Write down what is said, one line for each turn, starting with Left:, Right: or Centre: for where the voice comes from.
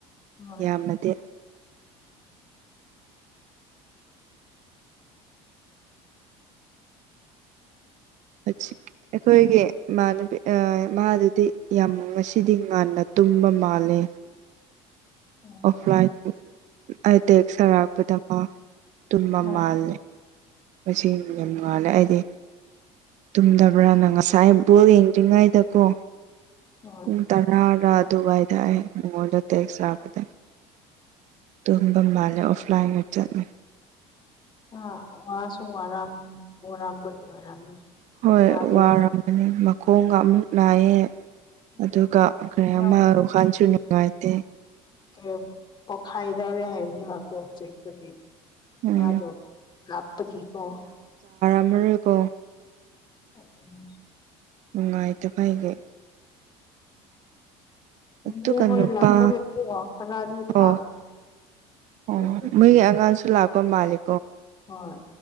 Left: ꯍꯣꯏ
Right: ꯌꯥꯝꯅꯗꯤ ꯑꯩꯈꯣꯏꯒꯤ ꯏꯃꯥꯟꯅꯕꯤ ꯑꯥ ꯃꯥ ꯑꯗꯨꯗꯤ ꯌꯥꯝ ꯉꯁꯤꯗꯤ ꯉꯟꯅ ꯇꯨꯝꯕ ꯃꯥꯜꯂꯦ
Left: ꯎꯝ
Right: ꯑꯣꯐꯂꯥꯏꯟ ꯑꯩ ꯇꯦꯛꯁ ꯊꯥꯔꯛꯄꯗ ꯃꯥ ꯇꯨꯝꯕ
Left: ꯑꯣ
Right: ꯃꯥꯜꯂꯦ ꯉꯁꯤ ꯌꯥꯝ ꯉꯥꯜꯂꯦ ꯑꯩꯗꯤ ꯇꯨꯝꯗꯕ꯭ꯔꯥꯅ ꯉꯁꯥꯏ ꯕꯣꯜ ꯌꯦꯡꯗ꯭ꯔꯤꯉꯩꯗꯀꯣ
Left: ꯍꯣꯏ
Right: ꯄꯨꯡ ꯇꯥꯔꯥꯒ ꯑꯗꯨꯋꯥꯏꯗ ꯑꯩ ꯃꯉꯣꯟꯗ ꯇꯦꯛꯁ ꯊꯥꯕꯅꯦ ꯇꯨꯝꯕ ꯃꯥꯜꯂꯦ ꯑꯣꯐꯂꯥꯏꯟꯒ ꯆꯠꯂꯦ
Left: ꯑꯥ ꯋꯥꯁꯨꯨ ꯋꯥꯔꯝ ꯋꯥꯔꯝꯕꯒꯤ ꯑꯣꯏꯔꯝꯅꯤ
Right: ꯍꯣꯏ
Left: ꯃꯥꯗꯣ
Right: ꯋꯥꯔꯝꯃꯅꯤ ꯃꯈꯣꯡꯒ ꯑꯃꯨꯛ ꯅꯥꯏꯌꯦ
Left: ꯎꯝ
Right: ꯑꯗꯨꯒꯥ ꯀꯔꯤ
Left: ꯌꯥꯝ
Right: ꯑꯃ ꯋꯥꯈꯟꯁꯨ ꯅꯨꯡꯉꯥꯏꯇꯦ
Left: ꯀꯦꯝ ꯄꯣꯈꯥꯏꯗꯧꯔꯦ ꯍꯥꯏꯕꯅꯦꯕ ꯃꯥꯀꯣꯛ ꯆꯩꯕꯒꯤ
Right: ꯎꯝ
Left: ꯃꯥꯗꯣ ꯀꯥꯞꯄꯥꯒꯤꯀꯣ
Right: ꯃꯔꯩꯀꯣ
Left: ꯑꯥꯗꯨꯅꯦ
Right: ꯅꯨꯡꯉꯥꯏꯇꯕꯩꯕꯨ
Left: ꯃꯥꯅꯦ
Right: ꯑꯗꯨꯒ
Left: ꯍꯣꯏ
Right: ꯅꯨꯄꯥ
Left: ꯂꯥꯛꯄꯒꯤꯀꯣ ꯈꯔꯥꯗꯤ ꯐꯥꯕ
Right: ꯑꯣ ꯑꯣ
Left: ꯍꯥꯏꯗꯤ
Right: ꯃꯣꯏꯒꯤ ꯑꯉꯥꯡꯁꯨ ꯂꯥꯛꯄ ꯃꯥꯜꯂꯤ
Left: ꯍꯣꯏ